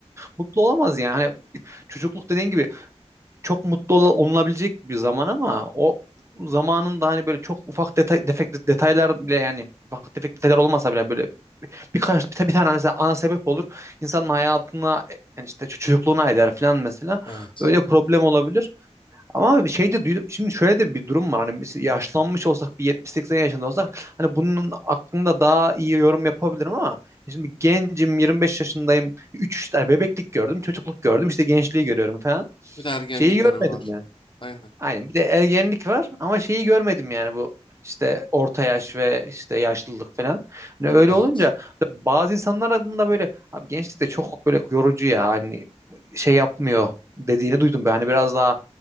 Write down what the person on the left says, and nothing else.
Evet.
Bir de ergenlik
dönemi var. Aynen.
Evet.